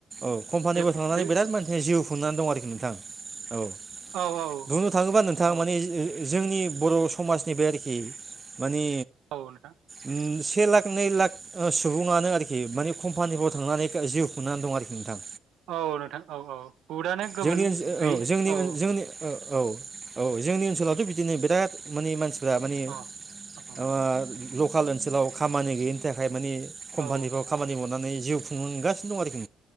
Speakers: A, on the right; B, on the right.
A: औ कम्पानिफोराव
B: बे
A: थांनानै
B: बे
A: बिराद मानसि जिउ खुनानै दं आरोखि नोंथां औ
B: औ औ
A: बुंनो थाङोबा नोंथां
B: औ
A: माने जोंनि बर' समाजनि बे आरोखि माने
B: औ नोंथां
A: उम से लाख नै लाख सुबुङानो आरोखि माने कम्पानिफ्राव थांनानै जिउ खुंनानै दं आरोखि नोंथां
B: औ नोंथां औ औ बुहुदानो गुबुन
A: जोंनि ओनसोल
B: गैयि
A: जोंनि
B: औ
A: जोंनि औ औ जोंनि ओनसोलावथ' बिदिनो बिराद माने मानसि फोरा माने
B: औ औ
A: माबा लकेल ओनसोलाव खामानि गैयिनि थाखाय मानि कम्पानिफ्राव
B: औ
A: खामानि माव नानै जिउ खुंनगासिनो दं आरोखि